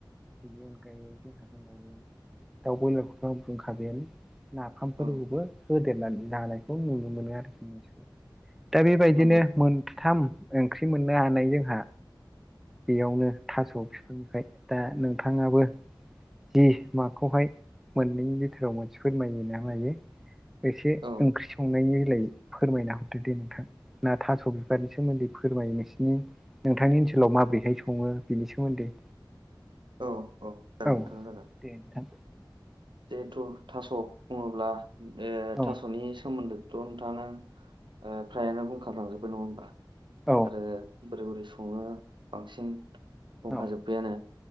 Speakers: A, in the centre; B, on the right.
A: बेनि अनगायै जोंहा दंबावो दाउ ब्रयलारखौथ' आं बुंखाबायानो नाफामफोरखौबो
B: औ
A: होदेरनानै जानायखौ नुनो मोनो आरोखि ओनसोलाव दा बेबायदिनो
B: नंगौ
A: मोनथाम ओंख्रि मोननो हानाय जोंहा बेयावनो थास' बिफांनिफ्राय दा नोंथाङाबो जि माखौहाय मोननैनि बिथोराव मोनसे फोरमायोना मायो एसे
B: औ
A: ओंख्रि संनायनि बेलायै फोरमायना हरदो दे नोंथां ना थास' बिबारनि सोमोन्दै फोरमायो नोंसिनि नोंथांनि ओनसोलाव माबोरैहाय सङो बेनि सोमोन्दै
B: औ जागोन
A: औ
B: नोंथां जागोन
A: दे नोंथां
B: जिहेथु थास' बुङोब्ला ओ
A: औ
B: थास'नि सोमोन्दै दन नोंथाङानो ओ फ्रायानो बुंखालांजोब्बाय नङा होनबा
A: औ
B: आरो बोरै बोरै सङो बांसिन बुंंखााजोब्बायानो
A: औ